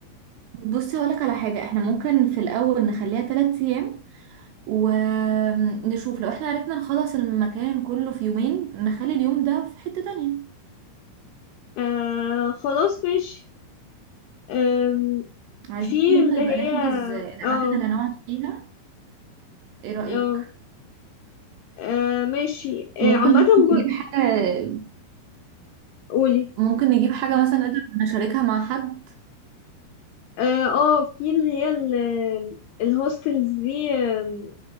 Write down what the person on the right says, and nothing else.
بصي هقولك على حاجة احنا ممكن في الاول نخليها ثلاث ايام ونشوف لو احنا عرفنا نخلص المكان كله في يومين نخلي اليوم ده في حتة تانية
عايزين
برضه
نبقى نحجز الأماكن
اللي هنقعد فيها ايه رأيك؟
ممكن
ممكن
نجيب حاجة
ممكن نجيب حاجة مثلا نقدر نشاركها مع حد